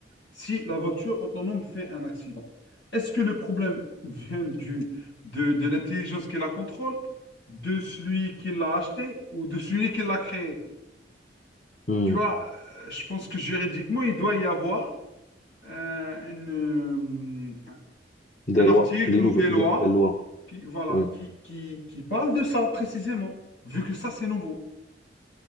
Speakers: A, on the left; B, on the left.
A: si la voiture autonome fait un accident. Est-ce que le problème vient du, de, de l'intelligence qui la contrôle, de celui qui l'a acheté ou de celui qui l'a créé?
B: mm.
A: Tu vois, euh, je pense que juridiquement, il doit y avoir euh, une, euh,
B: Des
A: un article
B: lois, des
A: ou
B: nouvel-
A: des lois
B: des nouvelles lois,
A: qui, voilà,
B: oui.
A: qui, qui, qui parlent de ça précisément, vu que ça, c'est nouveau.